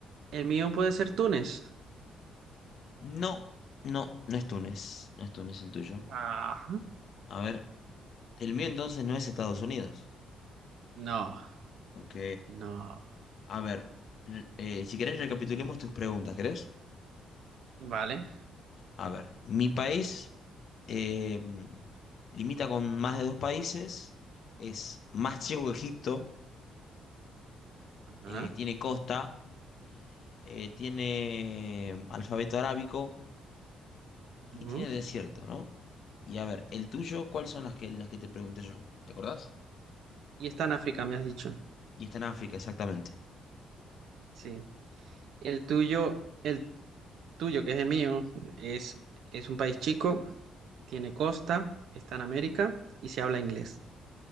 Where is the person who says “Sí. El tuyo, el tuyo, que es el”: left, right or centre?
Right